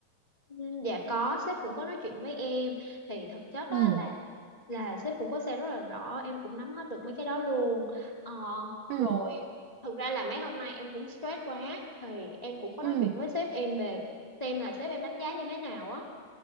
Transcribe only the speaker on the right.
Ừ,
ừ,
ừ,